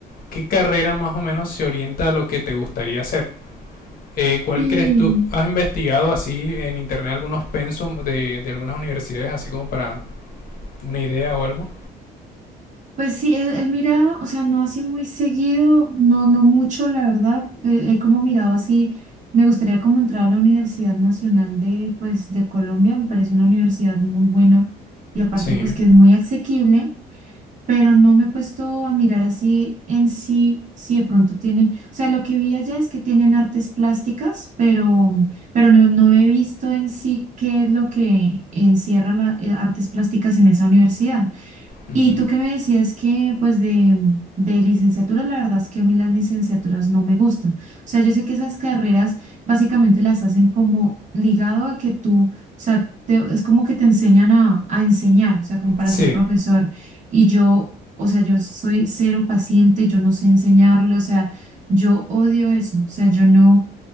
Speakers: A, on the left; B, on the right.
A: qué carrera más o menos se orienta a lo que te gustaría hacer. Eh, ¿Cuál
B: sí.
A: crees tú? ¿Has investigado así en internet algunos pensum de, de algunas universidades, así como para una idea o algo?
B: Pues sí, he, he mirado, o sea, no así muy seguido, no, no mucho, la verdad. eh, He, como mirado así, me gustaría como entrar a la Universidad Nacional de, pues, de Colombia, me parece una universidad muy buena y aparte,
A: Sí.
B: pues, que es muy asequible. pero no me he puesto a mirar así en sí, si de pronto tienen, o sea, lo que vi allá es que tienen artes plásticas, pero, pero no, no he visto en sí qué es lo que encierra las artes plásticas en esa universidad.
A: Ujú.
B: Y tú que me decías que, pues, de, de licenciatura, la verdad es que a mí las licenciaturas no me gustan. O sea, yo sé que esas carreras básicamente las hacen como ligado a que tú, o sea, te- es como que te enseñan a, a enseñar, o sea, como para
A: Sí,
B: ser profesor. Y yo, o sea, yo soy cero paciente, yo no sé enseñarlo, o sea, yo odio eso, o sea, yo no.